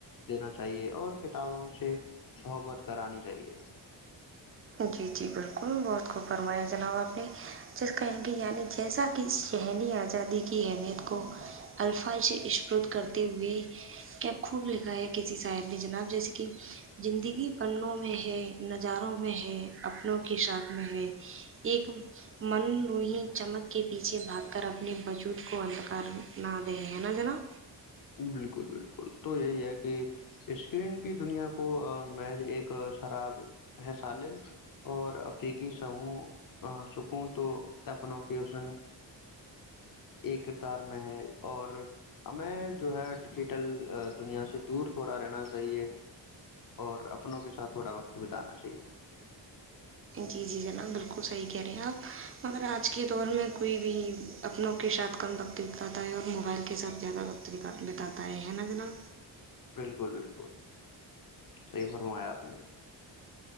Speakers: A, on the left; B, on the right.
A: دینا چاہیے اور کتابوں سے بحبت کرانی چاہیے <unintelligible>
B: جی جی بالکل بہت خوب فرمایا جناب آپ نے جس کہیں گے یعنی جیسا کہ ذہنی آزادی کی اہمیت کو الفاظ عشپرط کرتے ہوئے کیا خوب لکھا ہے کسی صاحر نے جناب جیسے کہ زندگی پنوں میں ہے نظاروں میں ہے اپنوں کی سات میں ایک من روہی چمک کے پیچھے بھاگ کر اپنے بجود کو اندکار نہ دے ہیں نا جنا
A: بالکل بالکل تو یہی ہے کہ اسکرین کی دنیا کو م ایک شراب ہے الم اور افیقی چوں سک تو اپنوں کی اسن ایک کردار میں ہے اوریں جو ہے ڈیجیٹل دنیا سے دور تھوڑا رہنا چاہیے اور اپنوں کے ساتھ تھوڑا وقت بتانا چاہیے
B: جی جی جناب بالکل صحیح کہہ رہے ہیں آپ مگر آج کے دور میں کوئی بھی اپنوں کے ساتھ کم وقت بتاتا ہے اور موبائل کے ساتھ زیادہ وقت بتا بتاتا ہے نا جناب
A: بالکل بالکل صحیح فرمایا آپ نے